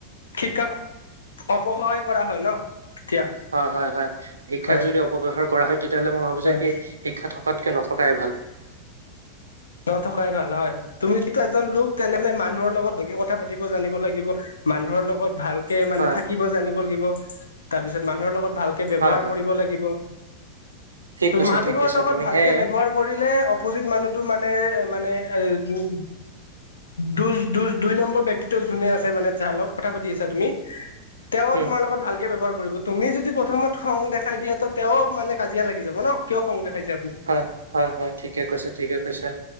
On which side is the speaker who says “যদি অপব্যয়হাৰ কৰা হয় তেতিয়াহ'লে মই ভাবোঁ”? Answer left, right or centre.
Right